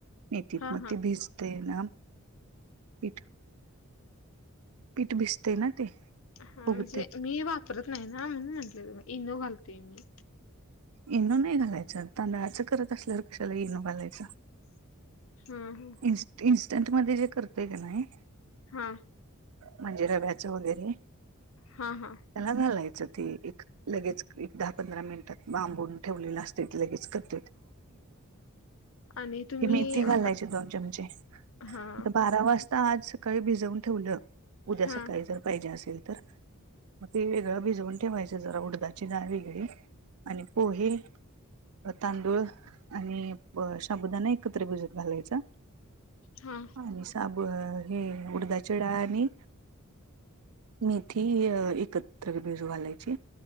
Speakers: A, on the right (about 85°); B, on the left (about 65°).
A: मेथीत
B: हा
A: मग
B: हा
A: ते भिज ते ना पीठ पीठ भिजते ना ते
B: हा म्हणजे
A: फुगते
B: मी वापरत नाही ना म्हणून म्हंटले इनो घालतेय मी
A: इनो नाही घालायचं तांदळाच करत असल्यावर कशाला इनो घालायचं.
B: हम्म हम
A: इ इन्स्टंट मध्ये जे करतोय का नाही.
B: हा.
A: म्हणजे रव्याचं वगैरे
B: हा हा.
A: त्याला घालायचं ते एक लगेच एक दहा पंधरा मिनिटात बांबून ठेवलेलं असते लगेच क <unintelligible>
B: आणि तुम्ही
A: की मेथी घालायची.
B: आता
A: चमचे
B: हा
A: पण बारा वाजता आज सकाळी भिजवून ठेवलं. उद्या
B: हा
A: सकाळी जर पाहिजे असेल तर. मग ते वेगळं भिजवून ठेवायचं जरा उडदाची डाळ वेगळी आणि पोहे. अ तांदूळ आणि ब शाबुदाना एकत्र भिजत घालायचा
B: हा
A: आणि <unintelligible> हे उडदाची डाळ आणि मेथी अ एकत्र भिजू घालायची.